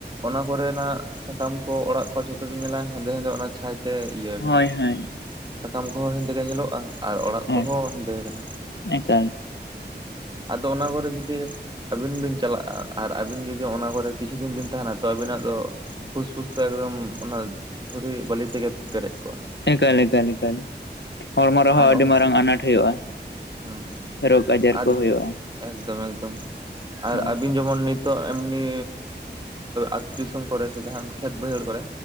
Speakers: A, on the right; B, on the left.
A: ᱚᱱᱟ ᱠᱚᱨᱮᱱᱟᱜ ᱥᱟᱠᱟᱢ ᱠᱚ ᱚᱲᱟᱜ ᱠᱚ ᱡᱚᱛᱚ ᱵᱤᱱ ᱧᱮᱞᱟ ᱦᱮᱸᱫᱮ ᱦᱮᱸᱫᱮ ᱚᱱᱟ ᱪᱷᱟᱭ ᱛᱮ ᱤᱭᱟᱹ
B: ᱦᱳᱭ
A: ᱠᱟᱱᱟ
B: ᱦᱳᱭ
A: ᱥᱟᱠᱟᱢ ᱠᱚᱦᱚᱸ ᱦᱮᱸᱫᱮ ᱜᱮ ᱧᱮᱞᱚᱜᱼᱟ᱾ ᱟᱨ ᱚᱲᱟᱜ
B: ᱦᱳᱭ
A: ᱠᱚᱦᱚᱸ ᱦᱮᱸᱫᱮ ᱠᱟᱱᱟ᱾
B: ᱮᱠᱟᱞ
A: ᱟᱫᱚ ᱚᱱᱟ ᱠᱚᱨᱮ ᱡᱩᱫᱤ ᱟᱹᱵᱤᱱ ᱵᱤᱱ ᱪᱟᱞᱟᱜᱼᱟ ᱟᱨ ᱟᱵᱤᱱ ᱡᱩᱫᱤ ᱚᱱᱟ ᱠᱚᱨᱮ ᱠᱤᱪᱷᱩ ᱫᱤᱱ ᱵᱤᱱ ᱛᱟᱦᱮᱱᱟ ᱛᱚ ᱟᱵᱤᱱᱟᱜ ᱫᱚ ᱯᱷᱩᱥ ᱯᱷᱩᱥ ᱫᱚ ᱮᱠᱫᱚᱢ ᱚᱱᱟ ᱫᱷᱩᱲᱤ ᱵᱟᱞᱤ ᱛᱮᱜᱮ ᱯᱮᱨᱮᱡ ᱠᱚᱜᱼᱟ᱾
B: ᱮᱠᱟᱞ ᱮᱠᱟᱞ ᱮᱠᱟᱞ᱾ ᱦᱚᱲᱢᱚ ᱨᱮᱦᱚᱸ
A: ᱟᱨ
B: ᱟᱹᱰᱤ
A: ᱦᱮᱸ
B: ᱢᱟᱨᱟᱝ ᱟᱱᱟᱴ ᱦᱩᱭᱩᱜᱼᱟ
A: ᱦᱮᱸ
B: ᱨᱳᱜᱽ ᱟᱡᱟᱨ
A: ᱟᱨ
B: ᱠᱚ ᱦᱩᱭᱩᱜᱼᱟ᱾
A: ᱮᱠᱫᱚᱢ ᱮᱠᱫᱚᱢ ᱟᱨ
B: ᱦᱳᱭ
A: ᱟᱹᱵᱤᱱ ᱡᱮᱢᱚᱱ ᱱᱤᱛᱚᱜ ᱮᱢᱱᱤ ᱟᱹᱛᱩ ᱫᱤᱥᱚᱢ ᱠᱚᱨᱮ ᱥᱮ ᱡᱟᱦᱟᱱ ᱠᱷᱮᱛ ᱵᱟᱹᱭᱦᱟᱹᱲ ᱠᱚᱨᱮ